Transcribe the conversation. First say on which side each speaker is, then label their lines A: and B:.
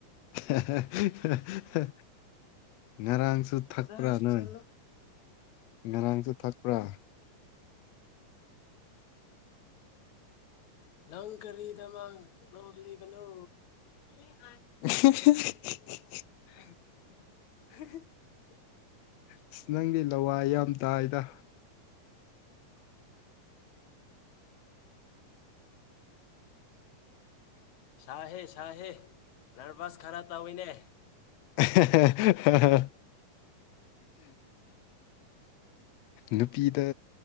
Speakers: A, on the left; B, on the left.
A: ꯍꯦꯍꯦꯍꯦ ꯉꯔꯥꯡ ꯌꯨ ꯊꯛꯄ꯭ꯔꯥ
B: ꯀꯗꯥꯏꯁꯨ
A: ꯅꯣꯏ
B: ꯆꯠꯂꯣꯏ
A: ꯉꯔꯥꯡꯁꯨ ꯊꯛꯄ꯭ꯔꯥ
B: ꯅꯪ ꯀꯔꯤꯗꯃꯛ ꯅꯣꯛꯂꯤꯕꯅꯣ
A: <unintelligible>
B: <unintelligible>
A: ꯑꯁ ꯅꯪꯗꯤ ꯂꯋꯥꯏ ꯌꯥꯝ ꯇꯥꯏꯗ
B: ꯁꯥꯏꯍꯦ ꯁꯥꯏꯍꯦ ꯅꯔꯚꯁ ꯈꯔ ꯇꯧꯋꯤꯅꯦ
A: ꯑꯍꯦ ꯍꯦꯍꯦ ꯅꯨꯄꯤꯗ